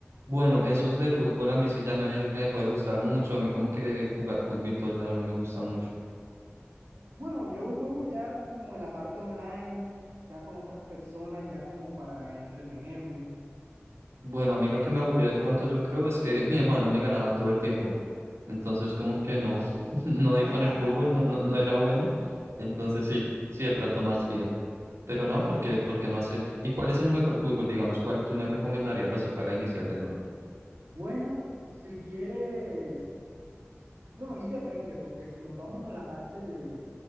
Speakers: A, on the right; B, on the right.
A: Bueno, esos de fútbol a mí sí ya me, me dejó de gustar mucho. A mí como que jugar fútbol ya no me gusta mucho.
B: Bueno, yo los juego ya como en la parte online, ya con otras personas, ya como para entretenerme.
A: Bueno, a mí lo que me aburrió de pronto, yo creo, es que <laughs> mi hermano me ganaba todo el tiempo. Entonces, como que no, <laughs> no
B: <laughs>
A: di con el fútbol, no, no, no era bueno. Entonces, sí, sí, de pronto más bien. Pero no, porque, porque no hacer. ¿Y cuál es el mejor fútbol, digamos, cuál tú me recomendarías así para iniciar de nuevo?
B: Bueno, si quieres... Bueno, ahí depende, porque si nos vamos a la parte de,